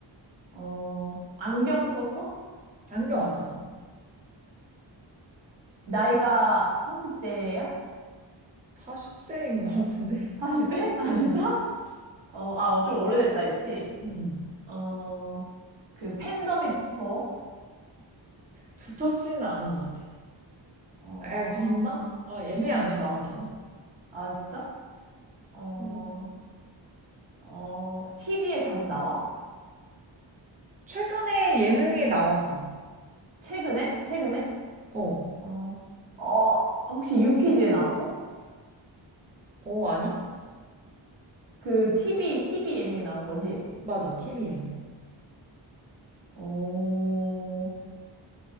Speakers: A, on the right (about 70°); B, on the right (about 15°).
A: 어, 안경 썼어?
B: 안경 안 썼어.
A: 나이가 30대야?
B: 40대인 것 같은데?
A: 40대? 아,
B: <laughs>
A: 진짜?
B: 어,
A: 어, 아, 어, 좀 오래됐다 했지?
B: 응, 응.
A: 어, 그 팬덤이 두터워?
B: 두텁지는 않은 것 같아.
A: 어,
B: 아, 있나? 아, 애매하네, 말하기가.
A: 아, 진짜? 어,
B: 어,
A: 어, TV에 자주 나와?
B: 최근에 예능에 나왔어.
A: 최근에? 최근에?
B: 어.
A: 어, 어, 혹시 유퀴즈에 나왔어?
B: 어, 아니?
A: 그 TV, TV 예능에 나온 거지?
B: 맞아. TV 예능.
A: 어,